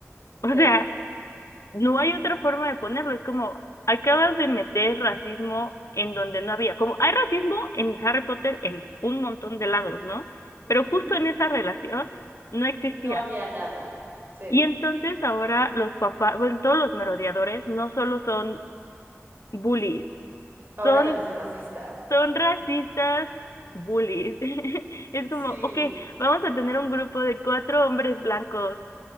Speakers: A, on the left (about 75°); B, on the right (about 45°).
A: O
B: Sí.
A: sea, no hay otra forma de ponerlo, es como acabas de meter racismo en donde no había, como hay racismo en Harry Potter en un montón de lados, ¿no?
B: Ujú.
A: Pero justo en esa relación no existía.
B: No había nada. Sí.
A: Y entonces ahora los papás, bueno, todos los merodeadores no solo son bullies,
B: Ahora
A: son
B: también son racistas.
A: son racistas bullies. <laughs> Es como,
B: Sí.
A: ok, vamos a tener un grupo de cuatro hombres blancos